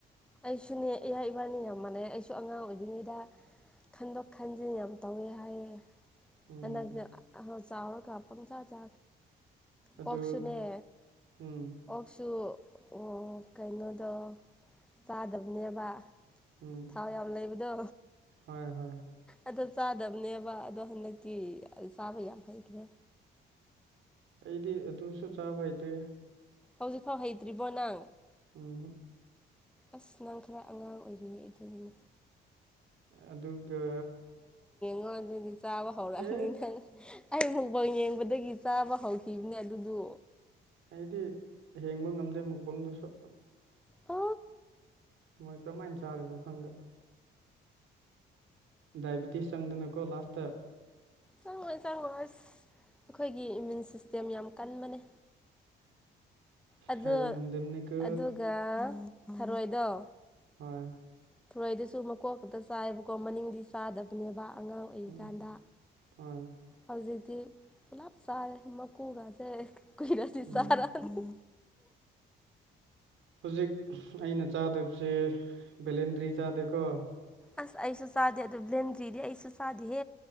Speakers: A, in the centre; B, on the right.
A: ꯑꯩꯁꯨꯅꯦ ꯏꯌꯥ ꯏꯕꯥꯅꯤ ꯌꯥꯝ ꯃꯥꯟꯅꯩ ꯑꯩꯁꯨ ꯑꯉꯥꯡ ꯑꯣꯏꯔꯤꯉꯩꯗ ꯈꯟꯗꯣꯛ ꯈꯟꯖꯤ ꯌꯥꯝ ꯇꯧꯋꯦ ꯍꯥꯏꯌꯦ
B: ꯎꯝ
A: ꯍꯗ ꯆꯥꯎꯔ ꯀꯄꯪ ꯆꯥ ꯆꯥ
B: ꯑꯗꯨ
A: ꯀꯁꯨꯅꯦ
B: ꯎꯝ
A: ꯀꯁꯨ ꯎ ꯀꯩꯅꯣꯗꯣ ꯆꯥꯗꯕꯅꯦꯕ
B: ꯎꯝ
A: ꯊꯥꯎ ꯌꯥꯝ ꯂꯩꯕꯗꯣ
B: ꯍꯣꯏ ꯍꯣꯏ
A: ꯑꯗꯣ ꯆꯥꯗꯕꯅꯦꯕ ꯑꯗꯣ ꯍꯟꯗꯛꯇꯤ ꯆꯥꯕ ꯌꯥꯝ ꯍꯩꯈ꯭ꯔꯦ
B: ꯑꯩꯗꯤ ꯑꯗꯨꯁꯨ ꯆꯥꯕ ꯍꯩꯇ꯭ꯦ
A: ꯍꯧꯖꯤꯛꯐꯥꯎ ꯍꯩꯇ꯭ꯔꯤꯕꯣ ꯅꯪ
B: ꯑ
A: ꯑꯁ ꯅꯪ ꯈꯔ ꯑꯉꯥꯡ ꯑꯣꯏꯔꯤꯌꯦ ꯑꯗꯨꯒꯤꯅꯦ
B: ꯑꯗꯨꯒ
A: ꯅꯣꯏ ꯑꯗꯨꯗꯤ ꯆꯥꯕ ꯍꯧꯔꯛꯑꯅꯤꯅꯪ
B: ꯑꯦ
A: ꯑꯩ ꯕꯜ ꯌꯦꯡꯕꯗꯒꯤ ꯆꯥꯕ ꯍꯧꯈꯤꯕꯅꯦ ꯑꯗꯨꯗꯨ
B: ꯑꯩꯗꯤ ꯍꯦꯡꯕ ꯉꯝꯗꯦ ꯃꯨꯛꯄꯪꯗꯨꯁꯨ
A: ꯑ
B: ꯃꯣꯏ ꯀꯔꯝꯍꯥꯏꯅ ꯆꯥꯔꯤꯕꯅꯣ ꯈꯪꯗꯦ ꯗꯥꯏꯕꯦꯇꯤꯁ ꯆꯪꯗꯅꯀꯣ ꯂꯥꯁꯇ
A: ꯆꯪꯉꯣꯏ ꯆꯪꯉꯣꯏ ꯑꯩꯈꯣꯏꯒꯤ ꯏꯃ꯭ꯌꯨꯟ ꯁꯤꯁꯇꯦꯝ ꯌꯥꯝ ꯀꯟꯕꯅꯦ ꯑꯗꯣ
B: ꯍꯥꯏꯕ ꯉꯝꯗꯅꯤꯀ
A: ꯑꯗꯨꯒ ꯊꯔꯣꯏꯗꯣ
B: ꯍꯣꯏ
A: ꯊꯨꯔꯩꯗꯨꯁꯨ ꯃꯀꯣꯛꯇꯇ ꯆꯥꯏꯕꯀꯣ ꯃꯅꯤꯡꯗꯤ ꯆꯥꯗꯕꯅꯦꯕ ꯑꯉꯥꯡ ꯑꯣꯏꯔꯤꯀꯥꯟꯗ
B: ꯎꯝ ꯍꯣꯏ
A: ꯍꯧꯖꯤꯛ ꯑꯗꯤ ꯄꯨꯂꯥꯞ ꯆꯥꯔꯦ ꯃꯀꯨꯒꯥꯁꯦ ꯀꯨꯏꯔꯁꯨ
B: ꯎꯝ
A: ꯆꯔꯅꯤ
B: ꯍꯧꯖꯤꯛ ꯑꯩꯅ ꯆꯥꯗꯕꯁꯦ ꯕꯦꯂꯦꯟꯗ꯭ꯔꯤ ꯆꯥꯗꯦꯀꯣ
A: ꯑꯁ ꯑꯩꯁꯨ ꯆꯥꯗꯦ ꯑꯗꯨ ꯕ꯭ꯂꯦꯟꯗ꯭ꯔꯤꯗꯤ ꯑꯩꯁꯨ ꯆꯥꯗꯦ ꯍꯦ